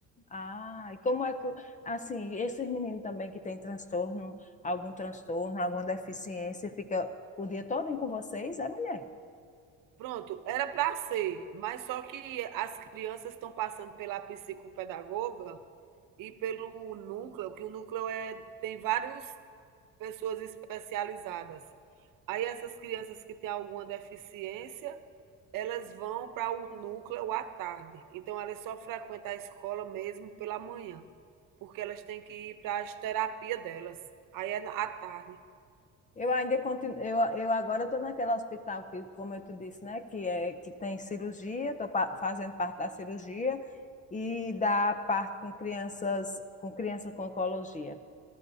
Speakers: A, on the left (about 25°); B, on the right (about 85°).
A: Ah, e como é que, assim, esses meninos também que têm transtorno, algum transtorno, alguma deficiência, fica o dia todo com vocês, é mulher.
B: Pronto, era para ser, mas só que as crianças estão passando pela psicopedagoga e pelo núcleo, que o núcleo é, tem várias pessoas especializadas. Aí essas crianças que têm alguma deficiência, elas vão para o núcleo à tarde. Então elas só frequentam a escola mesmo pela manhã, porque elas têm que ir para as terapias delas. Aí é à tarde.
A: Eu ainda continuo, eu, eu agora estou naquele hospital que, como eu te disse, né, que é que tem cirurgia, estou fazendo parte da cirurgia e da parte com crianças, com crianças com oncologia.